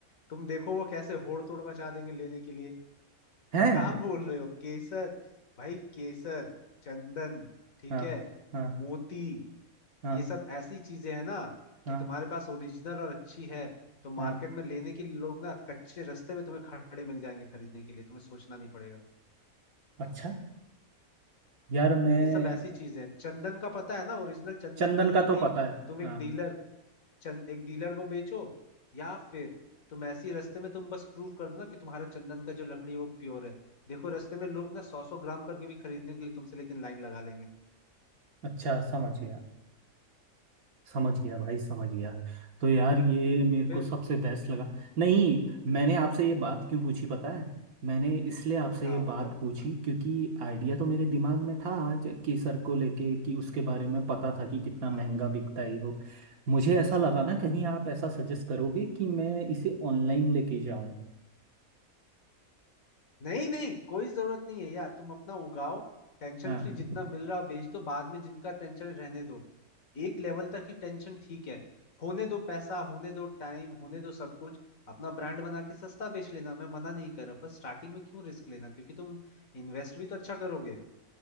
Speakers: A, on the left (about 70°); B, on the right (about 80°).
A: तुम देखो वो कैसे होड़ तोड़ मचा देंगे लेने के लिए
B: है
A: क्या बोल रहे हो केसर भाई केसर चंदन ठीक
B: हाँ
A: है
B: हाँ
A: मोती
B: हाँ
A: ये सब ऐसी चीजें हैं ना
B: हाँ
A: कि तुम्हारे पास ओरिजिनल और अच्छी है तो मार्केट
B: हाँ
A: में लेने के लिए लोग ना कच्चे रास्ते में तुम्हें खड़े मिल जाएंगे खरीदने के लिए तुम्हें सोचना नहीं पड़ेगा
B: अच्छा यार मैं
A: ये सब ऐसी चीजें हैं चंदन का पता है ना ओरिजिनल चंदन
B: चंदन
A: का लकड़ी
B: का तो पता है
A: तुम एक
B: हाँ
A: डीलर चंद एक डीलर को बेचो या फिर तुम ऐसी रास्ते में तुम बस प्रूव कर दो ना कि तुम्हारा चंदन का जो लकड़ी है वो प्योर है देखो रास्ते में लोग ना सौ सौ ग्राम करके भी खरीदने के लिए तुमसे लेकिन लाइन लगा लेंगे
B: अच्छा समझ गया समझ गया भाई समझ गया तो यार ये मेरे
A: फिर
B: को सबसे बेस्ट लगा नहीं मैंने आपसे ये बात क्यों पूछी पता है मैंने इसलिए आपसे
A: हाँ
B: ये
A: बताओ
B: बात पूछी क्योंकि आइडिया तो मेरे दिमाग में था आज केसर को लेके कि उसके
A: हम्म
B: बारे में पता था कि कितना
A: हाँ
B: महंगा बिकता है ये वो मुझे ऐसा लगा ना कहीं आप ऐसा सजेस्ट करोगे कि मैं इसे ऑनलाइन लेके जाऊं
A: नहीं नहीं कोई जरूरत नहीं है यार तुम अपना उगाओ टेंशन
B: हाँ
A: फ्री जितना मिल रहा बेच दो बाद में जिनका टेंशन रहने दो एक लेवल तक ही टेंशन ठीक है होने दो पैसा होने दो टाइम होने दो सब कुछ अपना ब्रांड बना के सस्ता बेच लेना मैं मना नहीं कर रहा पर स्टार्टिंग में क्यों रिस्क लेना क्योंकि तुम इन्वेस्ट भी तो अच्छा करोगे